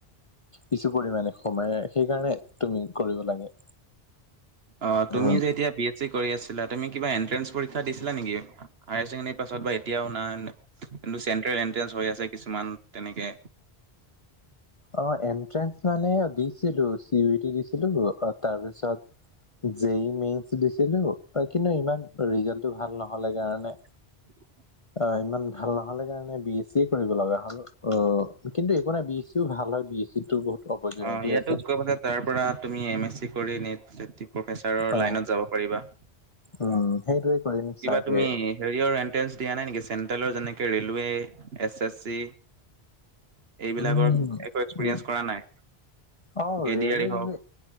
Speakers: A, on the left (about 35°); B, on the right (about 70°).
A: কিছু পৰিমানে সোমায় সেইকাৰণে তুমি কৰিব লাগে।
B: অ, তুমি
A: উম
B: যে এতিয়া বি এছ চি কৰি আছিলা তুমি কিবা এন্ট্ৰেনচ পৰীক্ষা দিছিলা নেকি হাইচেকেন্দেৰি পাছত বা এতিয়াও না কিন্তু চেন্ট্ৰেল এনট্ৰেঞ্চ হৈ আছে কিছুমান তেনেকে
A: অ, এনট্ৰেন্স মানে দিছিলো চি ইউটি দিছিলো অ' তাৰপিছত জেই ই মেইনচ দিছিলো কিন্তু ইমান ৰিজাল্টটো ভাল নহলে কাৰণে
B: <inaudible>
A: অ, ইমান ভাল নহ'লে কাৰণে বি এছ চি কৰিব লগা হ'ল অ কিন্তু একো নাই বি এ চিও ভাল হয় বি এচ চিটো বহুত অপৰচুনিটি
B: অ' ইয়াতো
A: আছে
B: কৰি পেলাই তাৰ পৰা তুমি এম এছ চি কৰি নেট প্ৰফেচাৰৰ
A: অ
B: লাইনত যাব পাৰিবা।
A: উম, সেইটোৱে। কৰিম
B: কিবা
A: চাগে
B: তুমি হেৰিয়ৰ এণ্ট্ৰেন্স দিয়া নাই নেকি? চেন্ট্ৰেলৰ যেনেকে ৰেলৱে, এছ এছ চি। এইবিলাকৰ
A: উম
B: একো এক্সপিৰিয়েঞ্চ
A: উম
B: কৰা নাই।
A: অ, ৰেলৱে
B: এ ডি আৰ ই
A: কিন্তু
B: হওক